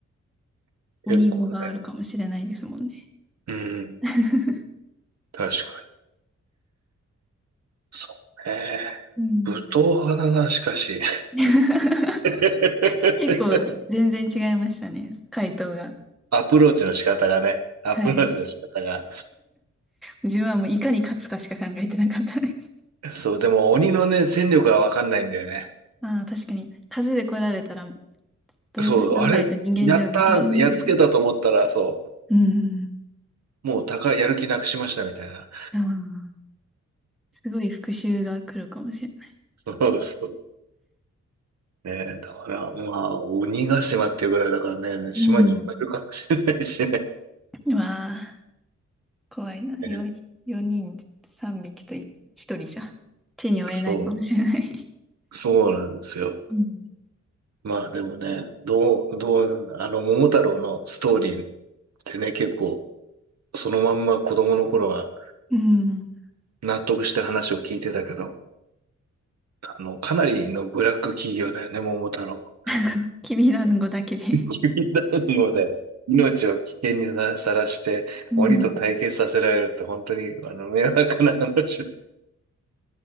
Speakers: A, in the centre; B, on the right (about 60°).
A: 鬼語があるかもしれないですもんね。
B: 結構ね、うん、
A: <laughs>
B: 確かに。そうね。
A: うん。
B: 武闘派だな、しかし。
A: <laughs>
B: <laughs>
A: 結構全然違いましたね、回答が。
B: アプローチの仕方がね、アプローチの仕方が。
A: はい。自分はもういかに勝つかしか考えてなかったです。
B: そう、でも鬼のね、戦力はわかんないんだよね。
A: <laughs> ああ、確かに。数で来られたら動物団体と人間じゃ負けちゃいますよね。
B: そう、あれ、やったー、やっつけたと思ったら、そう、
A: うん。
B: もう高い、やる気なくしましたみたいな。
A: ああ。すごい復讐が来るかもしれない。
B: そうそうね。だから、まあ、鬼ヶ島っていうぐらいだからね、島にいっぱいいるかもしれないしね。
A: うんうわあ、怖いな。
B: ね
A: 4、四人3匹と1、一人じゃ手に負えないかもしれない。
B: そう、そうなんですよ。
A: うん。
B: まあでもね、どう、どうなんだ、あの、桃太郎のストーリーってね、結構、そのまんま子供の頃は
A: うん。
B: 納得して話を聞いてたけど、あの、かなりのブラック企業だよね、桃太郎。
A: <laughs> きびだんごだけで。
B: <laughs> 指団子で命を危険にさらして、
A: うん。
B: 鬼と対決させられるって本当に、あの、迷惑な話